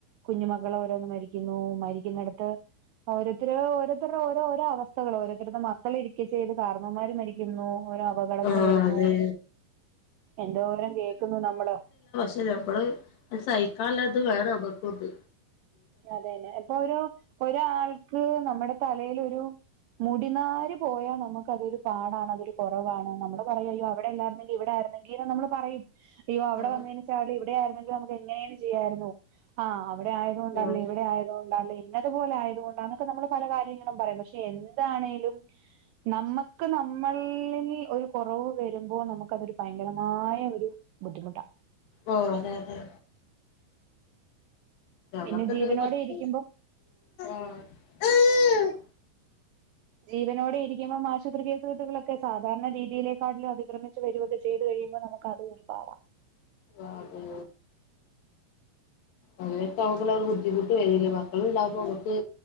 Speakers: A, on the right; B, on the left.
A: കുഞ്ഞിമക്കള് ഓരോന്ന് മരിക്കുന്നു. മരിക്കുന്നടത്ത് ഓരോരുത്തര് ഓരോരുത്തര്ടെ ഓരോ ഓരോ വസ്ഥകള്, ഓരോത്തടുത്ത് മക്കൾ ഇരിക്കചെയ്ത് കാരണവമാര് മരിക്കുന്നു, ഓരോ അപകടങ്ങള്
B: ആഹ്
A: വരുന്നൂ
B: അതെ
A: എന്തോരം കേക്കുന്നു നമ്മള്
B: ന് ഞമ്മള് അത് സഹിക്കാള്ളത് വേനമക്കുണ്ട്.
A: അതെന്നെ, ഇപ്പ ഒരു ഒരാൾക്ക് നമ്മടെ തലേലൊരു മുടിനാര് പോയാ നമക്ക് അതൊരു പാടാണ് അതൊരു കൊറവാണ്, നമ്മള് പറയും അയ്യോ അവിടെ അല്ലായിരുന്നെങ്കി ഇവ്ടെ ആരുന്നെങ്കിന്ന് നമ്മള് പറയും അയ്യോ അവ്ടെ
B: ആഹ്
A: വന്ന <unintelligible> ഇവ്ടെ ആയിന്നെങ്കില് നമുക്ക് എങ്ങനെയേലും ചെയ്യാരുന്നു ആ അവ്ടെയായ ല്ല
B: ആഹ്
A: ഇവ്ടെ ആയതുകൊണ്ടല്ലേ ഇന്നതുപോലെ ആയത് കൊണ്ടാന്നൊക്കെ നമ്മള് പല കാര്യങ്ങള് <unintelligible> പറയും പഷേ എന്താണേലും നമ്മക്ക് ന <unintelligible> ല്ലങ്കി ഒര് കൊറവ് വരുമ്പോ നമക്കതൊരു ഭയങ്കരമായ ഒരു ബുദ്ധിമുട്ടാ
B: ഓഹ് അതേ അതെ. ഞമ്മക്കെന്തെങ്കിലും
A: പിന്നെ ജീവനോടെ
B: പറ്റ
A: ഇരിക്കുമ്പം
B: ആഹ്
A: ജീവനോടെ ഇരിക്കുമ്പം ആശുപത്രി കേസ് കെട്ടുകള് ക്കെ സാധാരണ രീതിയിലെക്കാട്ലും അതിക്രമിച്ച് വരുക്കെ ചെയ്ത് കഴിയുമ്പോ നമുക്ക്‌ അതും ഒര് പാടാ
B: ആഹാ അതെതെ അങ്ങനൊക്കെ ആവ്മ്പളാണ് ബുദ്ധിമുട്ട് വര്ല്ലേ മക്കളുണ്ടാവുമ്പോ നമക്ക്